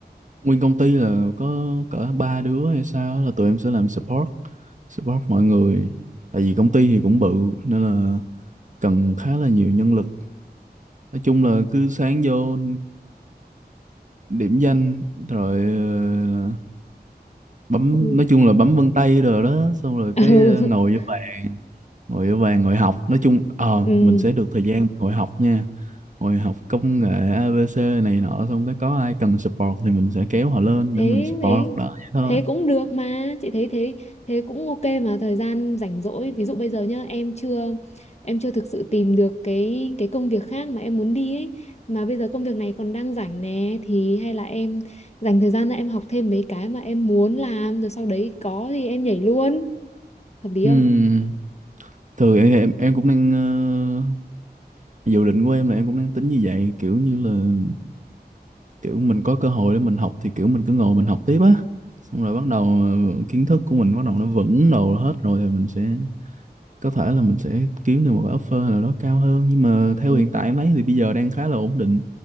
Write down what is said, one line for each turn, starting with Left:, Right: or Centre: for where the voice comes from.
Right: nguyên công ty là có cỡ ba đứa hay sao á, là tụi em sẽ làm support support mọi người tại vì công ty thì cũng bự nên là cần khá là nhiều nhân lực nói chung là cứ sáng vô điểm danh rồi ờ, là bấm
Left: Ừ.
Right: nói chung là bấm vân tay rồi đó xong rồi
Left: <laughs>
Right: cái ờ, ngồi vô bàn ngồi vô bàn ngồi học nói chung ờ
Left: Ừ.
Right: mình sẽ được thời gian ngồi học nha Rồi học công nghệ ABC này nọ xong cái có ai cần support thì mình sẽ kéo họ lên
Left: thế
Right: để mình support
Left: ấy
Right: đó vậy thôi.
Left: thế cũng được mà chị thấy thế thế cũng ok mà thời gian rảnh rỗi ví dụ bây giờ nhá em chưa em chưa thực sự tìm được cái cái công việc khác mà em muốn đi ấy mà bây giờ công việc này còn đang rảnh nè thì hay là em dành thời gian ra em học thêm mấy cái mà em muốn làm rồi sau đấy có thì em nhảy luôn hợp lý
Right: Ừm,
Left: không
Right: Thường em, em em cũng đang ờ, dự định của em là em cũng đang tính như vậy kiểu như là kiểu mình có cơ hội để mình học thì kiểu mình cứ ngồi mình học tiếp á. Xong rồi bắt đầu ờ, kiến thức của mình bắt đầu nó vững đồ hết rồi thì mình sẽ có thể là mình sẽ kiếm được một cái offer nào đó cao hơn nhưng mà theo
Left: ừ
Right: hiện tại em thấy thì bây giờ đang khá là ổn định.